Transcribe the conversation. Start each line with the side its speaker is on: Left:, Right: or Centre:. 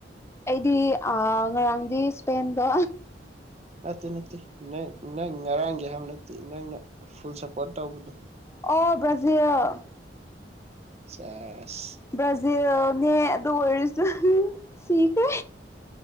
Left: ꯑꯩꯗꯤ ꯉꯔꯥꯡꯗꯤ ꯏꯁꯄꯦꯟꯗꯣ
Right: ꯅꯠꯇꯦ-ꯅꯠꯇꯦ ꯅꯪ-ꯅꯪ ꯉꯔꯥꯡꯒꯤ ꯍꯥꯏꯕ ꯅꯠꯇꯦ ꯅꯪꯅ ꯐꯨꯜ ꯁꯞꯄꯣꯔꯠ ꯇꯧꯕꯗꯣ
Left: ꯑꯣ ꯕ꯭ꯔꯖꯤꯜ
Right: ꯆꯦ
Left: ꯕ꯭ꯔꯥꯖꯤꯜꯅꯦ ꯑꯗꯨ ꯑꯣꯏꯔꯁꯨ ꯁꯤꯈ꯭ꯔꯦ